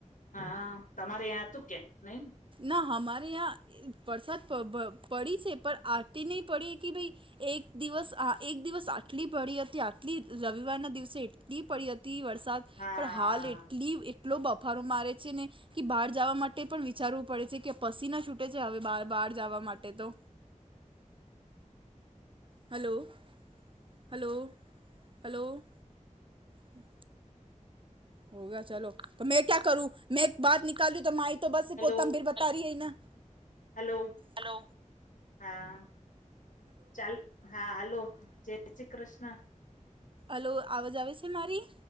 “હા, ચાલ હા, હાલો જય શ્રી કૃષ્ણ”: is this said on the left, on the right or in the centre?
Left